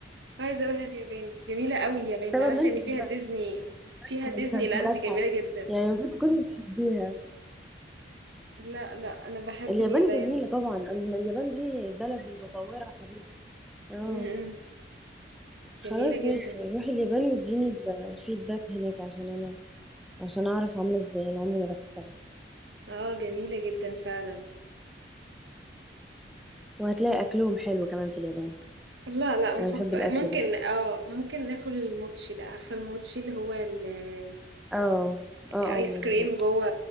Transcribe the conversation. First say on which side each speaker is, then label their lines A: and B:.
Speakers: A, on the right (about 85°); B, in the centre.
A: عايزة اروح اليابان جميلة قوي اليابان
B: طبعا
A: تعرفي
B: ما انت
A: ان
B: بتتفرجي
A: فيها ديزني فيها
B: على
A: ديزني
B: مسلسلاتها
A: لاند جميلة جدا
B: يعني المفروض تكوني بتحبيها
A: لا لا انا بحب
B: اليابان
A: اليابان
B: جميله طبعا الم- اليابان دي بلد متطوره حديثه اه
A: م- م.
B: خلاص
A: جميلة جدا
B: ماشي روحي اليابان واديني ال- الفيدباك هناك عشان انا عشان اعرف عامله ازاي انا عمري ما روحت طبعا
A: اه جميلة جدا فعلا
B: وهتلاقي اكلهم حلو كمان في اليابان
A: لا لا مفك...
B: انا بحب
A: ممكن
B: الاكل ده
A: اه ممكن ناكل الموتشي ده عارفة الموتشي اللي هو ال-
B: اه اه
A: الايس
B: اه مظبوط
A: كريم جوه